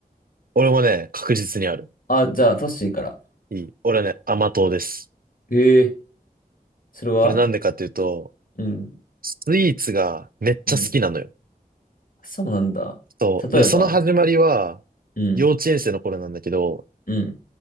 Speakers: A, on the right; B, on the left.
A: 俺もね、確実にある。
B: あ、じゃあ、トッシーから。
A: いい。俺はね、甘党です。
B: へえ、それは
A: これなんでかっていうと、
B: うん、
A: スイーツがめっちゃ好きなのよ。
B: うん。そうなんだ。
A: そう。
B: 例えば、
A: で、その始まりは、
B: うん、
A: 幼稚園生の頃なんだけど、
B: うん、